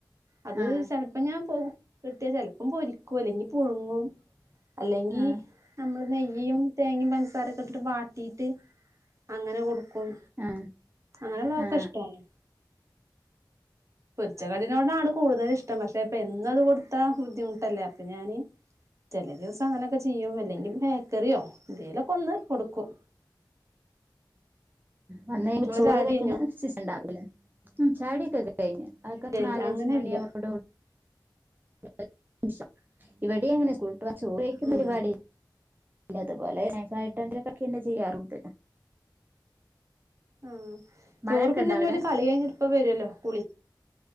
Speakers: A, on the right; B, on the right.
A: അത്
B: ആ
A: ചെലപ്പൊ ഞാൻ പോ കിട്ട്യ ചെലപ്പം പൊരിക്കും അല്ലെങ്കി പുഴുങ്ങും അല്ലെങ്കി
B: ആ
A: നമ്മള് നെയ്യും തേങ്ങിം പൻസാരൊക്കെ ഇട്ട് വാട്ടീട്ട് അങ്ങനെ കൊട്ക്കും
B: ആ
A: അങ്ങനള്ളതൊക്കഷ്ടാണ്
B: ആ ആ
A: പൊരിച്ചതിനോടാണ് കൂടുതലിഷ്ട്ടം പക്ഷെ എന്നൊത് കൊടുത്താ ബുദ്ധിമുട്ടല്ലേ അപ്പൊഞാന് ചെലെ ദിവസം അങ്ങനൊക്കെ ചിയ്യും അല്ലെങ്കി ബേക്കറ്യോ എന്തേലെക്കൊന്ന് കൊട്ക്കും
B: വന്ന് കയ്യുമ്പം
A: നിങ്ങളെ
B: ചോറ്
A: ചായുടി
B: കയ്ക്കണ
A: കഴിഞ്ഞോ
B: സീസണ്ടാവുലെ ചായുടി ഒക്കെ കഴിഞ്ഞാ അതൊക്കെ
A: ഇല്ല ഇല്ല
B: നാലഞ്ച്
A: അങ്ങനെ
B: മണി
A: ഇല്ല
B: ആവൂടൊ <unintelligible> <unintelligible> ഇവിടെ അങ്ങനെയാ സ്കൂൾ വിട്ട ചോറ് കയ്ക്ക്ണ
A: ഉം
B: പരിപാടി ഇല്ല അത്പോലെ സ്നാക്സായിട്ട് എന്തേലൊക്കെ ചെയ്യാറുണ്ട്
A: ആഹ്
B: മഴയൊക്കെ
A: ചോറ് പിന്നെഞ്ഞോല്
B: ഉണ്ടോ അവിടെ
A: കളി കഴിഞ്ഞ് ഇപ്പ വരല്ലൊ കുളി